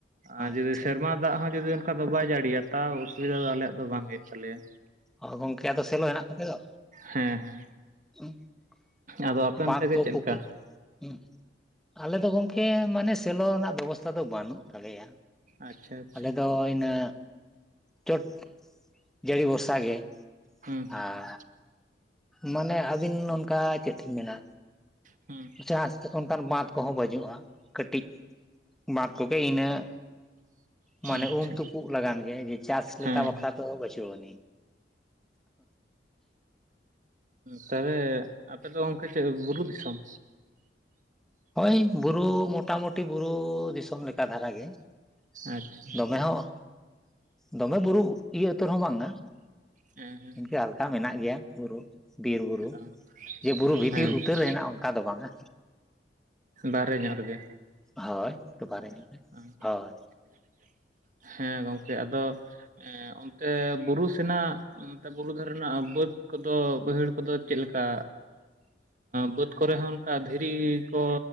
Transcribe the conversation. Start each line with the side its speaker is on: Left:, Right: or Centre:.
Right: ᱟᱨ
Centre: ᱟᱪᱪᱷᱟ
Right: ᱡᱩᱫᱤ ᱥᱮᱨᱢᱟ ᱫᱟᱜ ᱦᱚᱸ ᱡᱩᱫᱤ ᱚᱱᱠᱟ ᱫᱚ ᱵᱟᱭ ᱡᱟᱹᱲᱤᱭᱟ ᱛᱟᱣ ᱚᱥᱩᱵᱤᱫᱟ ᱫᱚ ᱟᱞᱮᱭᱟᱜ ᱫᱚ ᱵᱟᱝ ᱦᱩᱭᱩᱜ ᱛᱟᱞᱮᱭᱟ ᱾
Centre: ᱦᱚ ᱜᱚᱝᱠᱮ ᱟᱫᱚ ᱥᱮᱞᱚ ᱦᱮᱱᱟᱜ ᱛᱟᱯᱮ ᱫᱚ
Right: ᱦᱮᱸ ᱦᱮᱸ
Centre: ᱾
Right: ᱟᱫᱚ ᱟᱯᱮ ᱚᱱᱛᱮ
Centre: ᱵᱟᱸᱫᱷ
Right: ᱜᱮ
Centre: ᱠᱚ
Right: ᱪᱮᱫ
Centre: ᱯᱩᱠᱷᱨᱤ
Right: ᱞᱮᱠᱟ
Centre: ᱦᱩᱸ, ᱟᱞᱮ ᱫᱚ ᱜᱚᱝᱠᱮ ᱢᱟᱱᱮ ᱥᱮᱞᱚ ᱨᱮᱱᱟᱜ ᱵᱮᱵᱚᱥᱛᱷᱟ ᱫᱚ ᱵᱟᱹᱱᱩᱜ ᱛᱟᱞᱮᱭᱟ ᱾
Right: ᱟᱪᱪᱷᱟ ᱟᱪᱪᱷᱟ
Centre: ᱟᱞᱮ ᱫᱚ ᱤᱱᱟᱹ ᱪᱚᱴ ᱡᱟᱹᱲᱤ ᱵᱚᱨ ᱥᱟ ᱜᱮ
Right: ᱦᱩᱸ ᱦᱩᱸ
Centre: ᱟᱨ ᱢᱟᱱᱮ ᱟᱹᱵᱤᱱ ᱚᱱᱠᱟ ᱪᱮᱫ ᱞᱤᱧ ᱢᱮᱱᱟ
Right: ᱦᱩᱸ
Centre: ᱪᱟᱥ ᱚᱱᱠᱟᱱ ᱵᱟᱸᱫᱷ ᱠᱚᱦᱚᱸ ᱵᱟᱹᱡᱩᱜᱼᱟ ᱠᱟᱹᱴᱤᱡ ᱾ ᱵᱟᱸᱫ ᱠᱚᱜᱮ ᱤᱱᱟᱹᱜ ᱢᱟᱱᱮ
Right: ᱟᱪᱪᱷᱟ
Centre: ᱩᱢ ᱛᱩᱯᱩᱜ ᱞᱟᱜᱟᱱ ᱜᱮ ᱡᱮ ᱪᱟᱥ ᱞᱮᱠᱟ
Right: ᱦᱮᱸ
Centre: ᱵᱟ
Right: ᱦᱮᱸ
Centre: ᱠᱷᱨᱟ ᱫᱚ ᱵᱟᱪᱩᱜ ᱟᱱᱤᱡ ᱾
Right: ᱛᱟᱦᱞᱮ ᱟᱯᱮ ᱫᱚ ᱜᱚᱝᱠᱮ ᱪᱮᱫ ᱵᱩᱨᱩ ᱫᱤᱥᱚᱢ?
Centre: ᱦᱳᱭ, ᱵᱩᱨᱩ ᱢᱚᱴᱟᱢᱩᱴᱤ ᱵᱩᱨᱩ ᱫᱤᱥᱚᱢ ᱞᱮᱠᱟ ᱫᱷᱟᱨᱟ ᱜᱮ ᱾
Right: ᱟᱪᱪᱷᱟ
Centre: ᱫᱚᱢᱮ ᱦᱚᱸ ᱫᱚᱢᱮ ᱵᱩᱨᱩ ᱤᱭᱟᱹ ᱩᱛᱟᱹᱨ ᱦᱚᱸ ᱵᱟᱝᱼᱟ
Right: ᱦᱮᱸ
Centre: ᱤᱱᱠᱟᱹ ᱦᱟᱞᱠᱟ ᱢᱮᱱᱟᱜ ᱜᱮᱭᱟ ᱵᱩᱨᱩ᱾ ᱵᱤᱨ ᱵᱩᱨᱩ
Right: ᱦᱮᱸ
Centre: ᱡᱮ ᱵᱩᱨᱩ ᱵᱷᱤᱛᱤᱨ
Right: ᱦᱮᱸ
Centre: ᱩᱛᱟᱹᱨ ᱦᱮᱱᱟᱜᱼᱟ ᱚᱱᱠᱟ ᱫᱚ ᱵᱟᱝ-ᱟ᱾
Right: ᱵᱟᱦᱨᱮ ᱧᱚᱜ ᱨᱮᱜᱮ
Centre: ᱦᱳᱭ ᱵᱟᱨᱮ ᱧᱚᱜ
Right: <inaudible>
Centre: ᱨᱮ ᱦᱳᱭ
Right: ᱦᱮᱸ ᱜᱚᱝᱠᱮ ᱟᱫᱚ ᱮᱸ ᱚᱱᱛᱮ ᱵᱩᱨᱩ ᱥᱮᱱᱟᱜ ᱱᱮ ᱵᱩᱨᱩ ᱫᱷᱟᱨᱮ ᱨᱮᱱᱟᱜ ᱵᱟᱹᱫᱽ ᱠᱚᱫᱚ ᱵᱟᱹᱭᱦᱟᱹᱲ ᱠᱚᱫᱚ ᱪᱮᱫ ᱞᱮᱠᱟ? ᱵᱟᱹᱫ ᱠᱚᱨᱮ ᱦᱚᱸ ᱚᱱᱠᱟ ᱫᱷᱤᱨᱤ ᱠᱚ